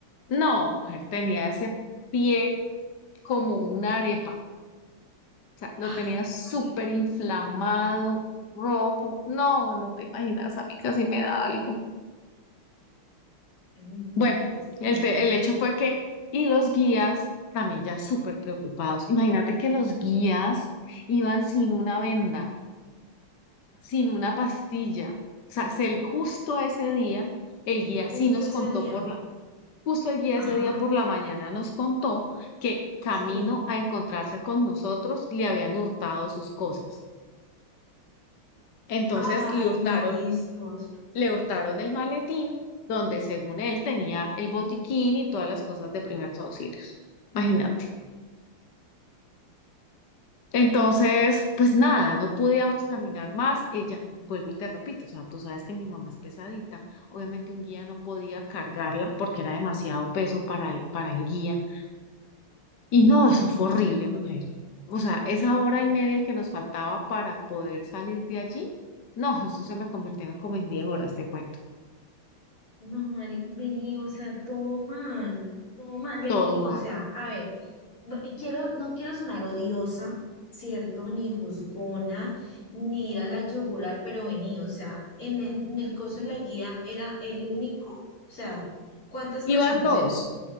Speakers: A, on the left; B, on the left.
A: No, mujer, tenía ese pie como una arepa. O sea, lo
B: Ay,
A: tenía súper
B: marica.
A: inflamado, rojo. No, no te imaginas, a mí casi me da algo.
B: Mm,
A: Bueno,
B: Marisco,
A: el,
B: no
A: te-
B: imagino.
A: el hecho fue que, y los guías también ya súper preocupados. Imagínate que los guías iban sin una venda, sin una pastilla. O sea, se le- justo ese día el guía
B: Justo
A: sí nos
B: ese
A: contó
B: día.
A: por la Justo el guía
B: Ajá,
A: ese día por la mañana nos contó que camino
B: sí.
A: a encontrarse con nosotros le habían hurtado sus cosas. Entonces
B: Ay,
A: le hurtaron,
B: mariscos.
A: le hurtaron el maletín donde según él tenía el botiquín y todas las cosas de primeros auxilios. Imagínate. Entonces, pues nada, no podíamos caminar más. Ella, vuelvo y te repito, o sea, tú sabes que mi mamá es pesadita. Obviamente un guía no podía cargarla porque era demasiado peso para el, para el guía. Y no, eso fue horrible, mujer. O sea, esa hora y media que nos faltaba para poder salir de allí, no, eso se me convirtieron como en diez horas, te cuento.
B: No, marica, vení, o sea, todo mal. Todo mal, vení.
A: Todo mal.
B: O sea, a ver, b- quiero, no quiero sonar odiosa, ¿cierto? Ni juzgona, ni ir a la yugular, pero vení, o sea, en, en en el coso de la guía era el único. O sea, ¿cuántas
A: Iban
B: personas
A: dos,
B: eran?